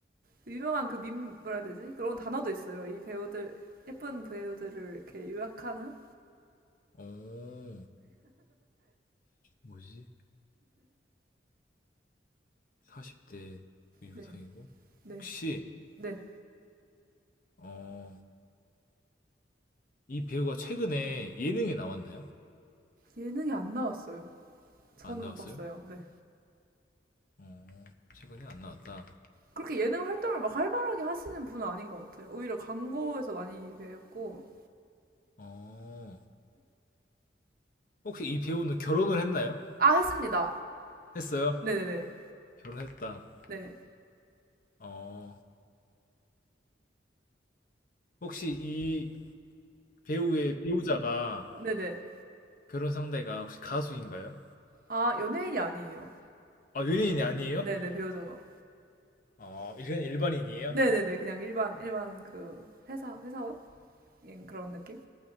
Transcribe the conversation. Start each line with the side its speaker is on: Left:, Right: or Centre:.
Right: 그 유명한 그 밈, 뭐라 해야 되지? 그런 단어도 있어요. 이 배우들, 예쁜 배우들을 이렇게 요약하는?
Left: 어, 뭐지? 40대 유부상이고.
Right: 네. 네.
Left: 혹시,
Right: 네.
Left: 어, 이 배우가 최근에 예능에 나왔나요?
Right: 예능이 안 나왔어요. 저는
Left: 안 나왔어요?
Right: 못 봤어요. 네.
Left: 어, 최근에 안 나왔다.
Right: 그렇게 예능 활동을 막 활발하게 하시는 분은 아닌 것 같아요. 오히려 광고에서 많이 뵈었고.
Left: 어, 혹시 이 배우는 결혼을 했나요?
Right: 아, 했습니다.
Left: 했어요?
Right: 네네네.
Left: 결혼했다.
Right: 네.
Left: 어, 혹시 이 배우의 배우자가
Right: 네네.
Left: 결혼 상대가 혹시 가수인가요?
Right: 아, 연예인이 아니에요.
Left: 아, 연예인이 아니에요?
Right: 네네, 배우자가.
Left: 아, 일반, 일반인이에요?
Right: 네네네. 그냥 일반, 일반 그 회사, 회사원? 인 그런 느낌?